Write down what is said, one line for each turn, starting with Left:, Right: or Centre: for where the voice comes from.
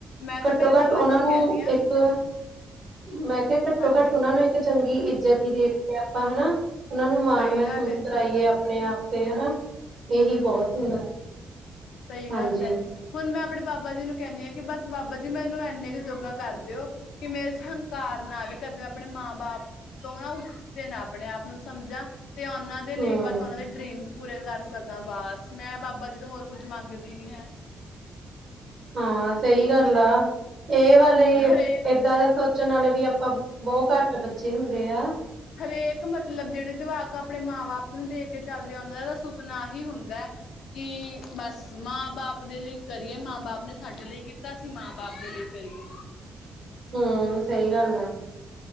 Left: ਮੈਂ ਤਾਂ
Right: ਘੱਟੋ
Left: ਮੇਰੇ ਬਾਬਾ
Right: ਘੱਟ ਉਨਾਂ
Left: ਜੀ
Right: ਨੂੰ
Left: ਕਹਿੰਦੀ ਹਾਂ
Right: ਇੱਕ ਮੈਂ ਕੇਹਾ ਘੱਟੋ
Left: ਹਾਂਜੀ
Right: ਘੱਟ ਉਨਾਂ ਨੂੰ ਇੱਕ ਚੰਗੀ ਇੱਜਤ ਈ ਦੇ ਦੀਏ ਆਪਾਂ ਹਨਾ। ਉਨਾਂ ਨੂੰ ਮਾਣ
Left: ਸਹੀ
Right: ਮਹਿਸੂਸ
Left: ਗੱਲ ਹੈ ਜੀ
Right: ਕਰਾਈਏ
Left: ਸਹੀ ਗੱਲ
Right: ਆਪਣੇ
Left: ਹੈ
Right: ਆਪ 'ਤੇ ਹਨਾ ਏਹੀ ਬਹੁਤ ਹੁੰਦਾ।
Left: ਸਈ
Right: ਹਾਂਜੀ
Left: ਗੱਲ ਐ ਜੀ। ਹੁਣ ਮੈਂ ਆਪਣੇ ਬਾਬਾ ਜੀ ਨੂੰ ਕੈਂਨੀ ਆ ਕਿ ਬਸ ਬਾਬਾ ਜੀ ਮੈਨੂੰ ਐਨੇ ਕ ਜੋਗਾਂ ਕਰ ਦੇ ਓ ਕਿ ਮੈਂ ਇਸ ਹੰਕਾਰ ਨਾਲ ਕਦੇ ਮੈਂ ਆਪਣੇ ਮਾਂ ਬਾਪ ਤੋਂ ਨਾ ਉੱਤੇ ਨਾ ਆਪਣੇ ਆਪ ਨੂੰ ਸਮਝਾ 'ਤੇ ਉਨਾਂ ਦੇ ਲਈ
Right: ਹਮ
Left: ਬਸ ਉਨਾਂ ਦੇ ਡਰੀਮਸ ਪੂਰੇ ਕਰ ਸਕਾਂ ਬਸ ਮੈਂ ਬਾਬਾ ਜੀ ਤੋਂ ਹੋਰ ਕੁੱਝ ਮੰਗਦੀ ਨੀ ਹੈ।
Right: ਹਾਂ ਸਈ ਗੱਲ ਆ ਏ ਵਾਲੇ
Left: ਹਰੇਕ
Right: ਏਦਾਂ ਦਾ ਸੋ ਚਣ ਆਲੇ ਵੀ ਆਪਾਂ ਬੋ ਘੱਟ ਬੱਚੇ ਹੁੰਦੇ ਆ।
Left: ਹਰੇਕ ਮਤਲਬ ਜੇੜੇ ਜਵਾਕ ਆਪਣੇ ਮਾਂ ਬਾਪ ਨੂੰ ਦੇ ਕੇ ਚੱਲਦੇ ਆ ਉਨਾਂ ਦਾ ਸੁਪਨਾ ਆਹੀ ਹੁੰਦਾ ਐ ਕਿ ਬਸ ਮਾਂ-ਬਾਪ ਦੇ ਲਈ ਕਰੀਏ ਮਾਂ-ਬਾਪ ਨੇ ਸਾਡੇ ਲਈ ਕੀਤਾ ਅਸੀਂ ਮਾਂ-ਬਾਪ ਦੇ ਲਈ ਕਰੀਏ
Right: ਹੂੰ, ਸਈ ਗੱਲ ਆ।